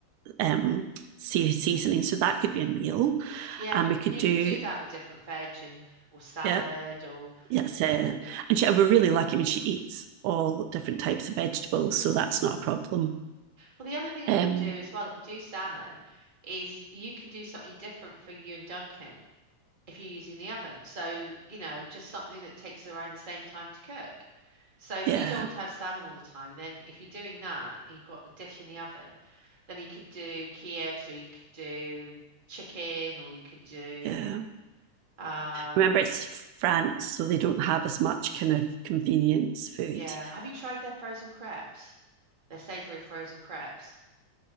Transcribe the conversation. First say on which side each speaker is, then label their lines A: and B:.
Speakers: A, on the right; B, on the right.
A: um, seasoning. So that could be a meal.
B: yeah,
A: And we could
B: and
A: do,
B: you can do that with different veg and or salad
A: yeah,
B: or
A: yes. Uh, and she, we're really lucky. I mean, she eats all different types of vegetables. So that's not a problem.
B: well, the other thing you
A: Um,
B: could do as well if you do salmon is you can do something different for you and Duncan. if you're using the oven. So, you know, just something that takes around the same time to cook. So if
A: yeah.
B: you don't want to have salmon all the time, then if you're doing that and you've got the dish in the oven, then you could do Kievs or you could do chicken or you could do
A: Yeah.
B: um
A: Remember, it's France, so they don't have as much kind of convenience food.
B: yeah. Have you tried their frozen crepes? Their savory frozen crepes?